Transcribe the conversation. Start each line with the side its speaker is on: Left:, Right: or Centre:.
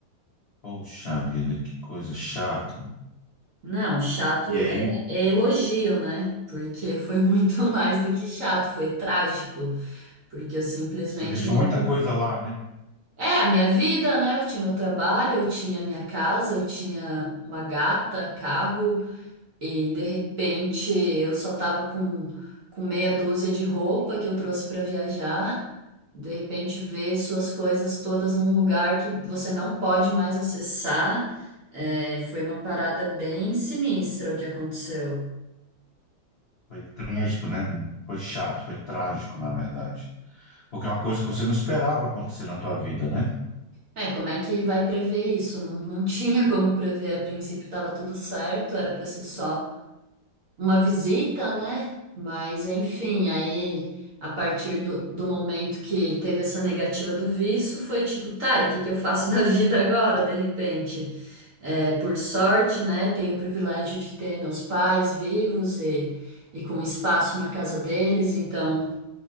Left: Poxa vida, que coisa chata.
Right: Não, chato
Left: E aí,
Right: é, é elogio, né? Porque foi muito <laughs> mais do que chato, foi trágico. Porque eu simplesmente
Left: você deixou
Right: não.
Left: muita coisa lá, né?
Right: É a minha vida, né? Eu tinha meu trabalho, eu tinha minha casa, eu tinha uma gata, carro, E de repente eu só tava com, com meia dúzia de roupa que eu trouxe para viajar. De repente ver suas coisas todas num lugar que você não pode mais acessar. É, foi uma parada bem sinistra o que aconteceu.
Left: Foi trágico, né? Foi chato, foi trágico, na verdade. Porque é uma coisa que você não esperava acontecer na tua vida, né?
Right: É, como é que vai prever isso? Não, não <laughs> tinha como prever. A princípio estava tudo certo, era para ser só uma visita, né? Mas enfim,
Left: Uhum.
Right: aí a partir do, do momento que teve essa negativa do visto, foi tipo, tá, e o que que eu faço <laughs> da vida agora, de repente? É, por sorte, né? Tenho o privilégio de ter meus pais vivos e, e com espaço na casa deles, então